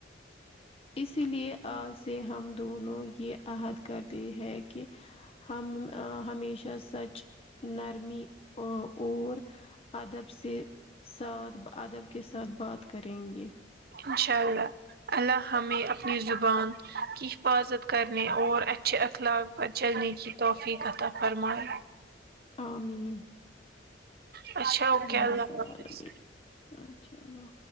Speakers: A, on the left; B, on the right.
A: اسی لیے آج سے ہم دونوں یہ عہد کرتے ہیں کہ ہم ہمیشہ سچ نرمی او اور ادب سے ساتھ ادب کے ساتھ بات کریں گے
B: انشاء اللہ اللہ ہمیں اپنی زبان کی حفاظت کرنے اور اچھے اخلاق پر چلنے کی توفیق عطا فرمائے
A: آمین
B: اچھا اوکے
A: یا
B: اللہ
A: رب العالمین
B: حافظ
A: اچھا اللہ